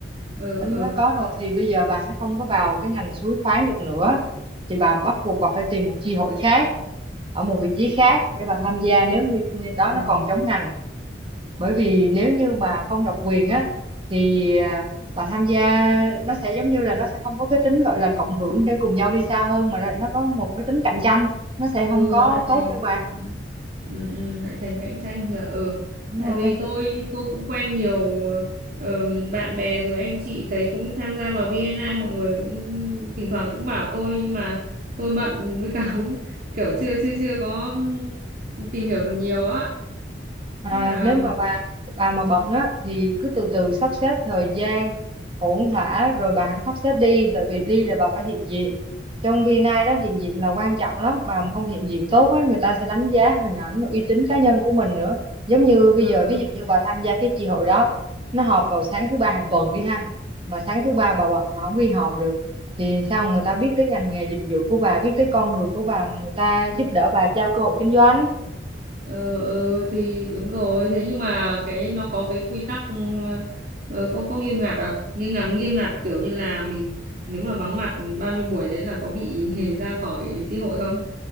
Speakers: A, on the right (about 50°); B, on the right (about 30°).
A: ờ
B: nó
A: ờ
B: có rồi thì bây giờ bà sẽ không có vào cái ngành suối khoáng được nữa thì bà bắt buộc bà phải tìm một chi hội khác ở một vị trí khác để bà tham gia nếu như như đó
A: ừ.
B: nó còn chống ngành bởi vì nếu như bà không độc quyền á thì à, bà tham gia nó sẽ giống như là nó sẽ không có cái tính gọi là cộng hưởng để cùng nhau đi xa hơn mà nó nó có một cái tính cạnh tranh nó sẽ không
A: ừ
B: có
A: nó lại
B: tốt
A: thành
B: cho bà
A: thành- ừ, ừ, lại thành cạnh tranh nhỉ ừ
B: đúng
A: tại
B: rồi
A: vì tôi tôi cũng quen nhiều ờm, bạn bè rồi anh chị thấy cũng tham gia vào bê en I mọi người cũng thỉnh thoảng cũng bảo tôi nhưng mà tôi bận với cả <laughs> cũng kiểu chưa chưa chưa có tìm hiểu được nhiều á
B: À,
A: thế là
B: nếu mà bà bà mà bận á thì cứ từ từ sắp xếp thời gian ổn thỏa rồi bà hãy sắp xếp đi tại vì đi là bà phải hiện diện trong BNI đó hiện diện là quan trọng lắm bà mà không hiện diện tốt á người ta sẽ đánh giá hình ảnh uy tín cá nhân của mình nữa giống như bây
A: ờ,
B: giờ
A: ờ.
B: ví dụ như bà tham gia cái chi hội đó nó họp vào sáng thứ ba hàng tuần đi ha mà sáng thứ ba bà bận bà không đi họp được thì sao người ta biết tới ngành nghề dịch vụ của bà biết tới con người của bà mà người ta giúp đỡ bà trao cơ hội kinh doanh
A: Ờ, ừ, thì đúng rồi thế nhưng mà cái nó có cái quy tắc ừ, ờ, có có nghiêm ngặt à nghiêm ngặt nghiêm ngặt kiểu như là mình nếu mà vắng mặt bao nhiêu buổi đấy là có bị <laughs> ra khỏi chi hội không